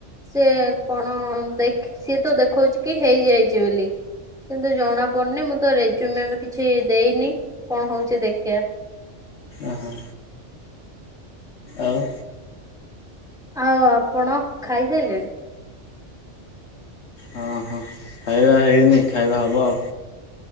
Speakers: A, in the centre; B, on the left (about 65°).
A: ସେ କଣ ଦେଖ ସିଏ ତ ଦେଖଉଛି କି ହେଇଯାଇଛି ବୋଲି। କିନ୍ତୁ ଜଣା ପଡ଼ୁନି ମୁଁ ତ ରେଜୁମ୍ କିଛି ଦେଇନି କଣ ହୋଉଚି ଦେଖିଆ।
B: ଓହ ଆଉ?
A: ଆଉ ଆପଣ ଖାଇସାଇଲେଣି?
B: ହଁ ହଁ ଖାଇବା ହେଇନି ଖାଇବା ହବ ଆଉ।